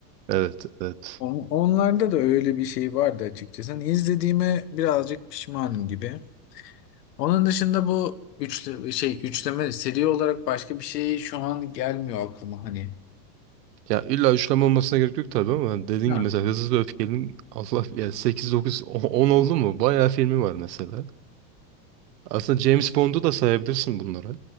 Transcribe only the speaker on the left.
On- Onlarda da öyle bir şey vardı açıkçası. Hani izlediğime birazcık pişmanım gibi. Onun dışında bu üçlü şey üçleme seri olarak başka bir şey şu an gelmiyor aklıma hani.
Ha.